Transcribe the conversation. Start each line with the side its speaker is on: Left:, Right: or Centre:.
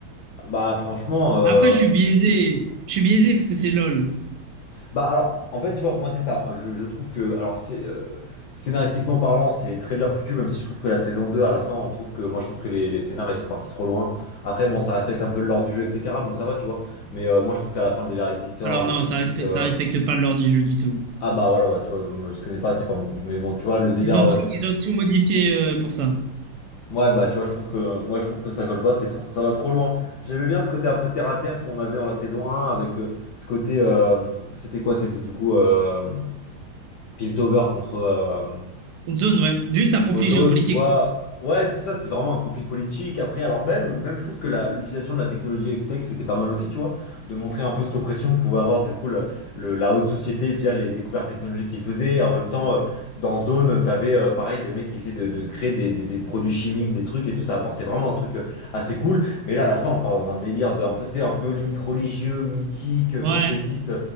Left: Bah, franchement, euh,
Right: Après, je suis biaisé, je suis biaisé parce que c'est LOL.
Left: Bah alors, en fait, tu vois, moi c'est ça. Je, je trouve que, alors c'est euh, scénaristiquement parlant, c'est très bien foutu, même si je trouve que la saison 2 à la fin, on trouve que, moi je trouve que les, les scénars, ils sont partis trop loin. Après, bon, ça respecte un peu l'ordre du jeu, etc. Donc ça va, tu vois. Mais euh, moi je trouve qu'à la fin, le délire avec Victor,
Right: Alors
Left: avec
Right: non,
Left: les
Right: ça
Left: trucs...
Right: respecte,
Left: euh,
Right: ça respecte pas l'ordre du jeu du tout.
Left: Ah bah voilà, bah tu vois, moi je connais pas assez, enfin, mais bon, tu vois, le délire...
Right: Ils ont
Left: euh,
Right: tout, ils ont tout modifié euh, pour ça.
Left: Ouais, bah tu vois, je trouve que, moi je trouve que ça colle pas, c'est trop- ça va trop loin. J'aimais bien ce côté un peu terre-à-terre qu'on avait dans la saison un avec euh, ce côté... euh, C'était quoi? C'était du coup... euh, Piltover contre, euh,
Right: Une zone, ouais. Juste
Left: contre
Right: un conflit
Left: Zone,
Right: géopolitique.
Left: tu vois. Ouais, c'est ça, c'était vraiment un conflit politique. Après, alors même, même je trouve que la- l'utilisation de la technologie Hextech, c'était pas mal aussi, tu vois, de montrer un peu cette oppression que pouvait avoir du coup le- le- la haute société via les découvertes technologiques qu'ils faisaient. En même temps, euh, dans Zone, t'avais euh, pareil des mecs qui essayaient de, de créer des, des- des produits chimiques, des trucs et tout, ça apportait vraiment un truc euh, assez cool. Mais là, à la fin, on part dans un délire de un peu, tu sais, un peu limite religieux, mythique, euh,
Right: Ouais.
Left: fantaisiste.